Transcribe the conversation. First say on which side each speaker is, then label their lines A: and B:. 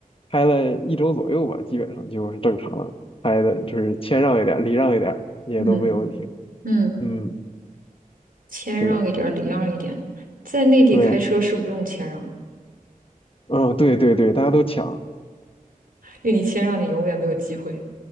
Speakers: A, on the left (about 40°); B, on the right (about 75°).
A: 开了一周左右吧，基本上就是正常了，开的就是谦让一点，礼让一点也都没有问题了，
B: 嗯嗯，
A: 嗯，
B: 谦让一点儿，
A: 是的。
B: 礼让一点。在内地开车是不用谦让，
A: 对，嗯，对对对，大家都抢。
B: 因为你谦让，你永远没有机会。